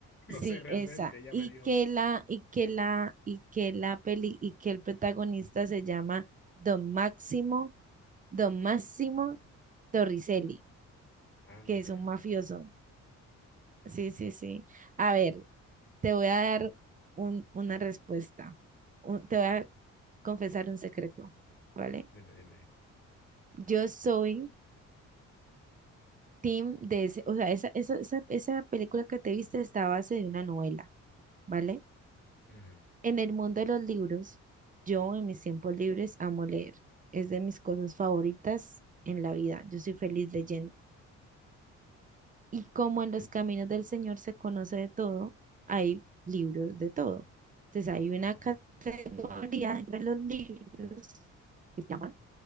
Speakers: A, on the left; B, on the right.
A: no
B: Sí,
A: sé realmente,
B: esa.
A: ella
B: Y
A: me dijo
B: que
A: eso.
B: la, y que la, y que la peli, y que el protagonista se llama Don Máximo, Don Máximo Torricelli,
A: Anda,
B: que es un mafioso. Sí, sí, sí. A ver, te voy a dar un- una respuesta. Un- te voy a confesar un secreto, ¿vale?
A: dime, dime.
B: Yo soy team de ese, o sea, esa, esa, esa, esa película que te viste está a base de una novela, ¿vale?
A: Ujú.
B: En el mundo de los libros, yo en mis tiempos libres amo leer. Es de mis cosas favoritas en la vida. Yo soy feliz leyendo. Y como en los caminos del Señor se conoce de todo, hay libros de todo. Entonces hay una
A: Ah,
B: categoría de los libros que se llaman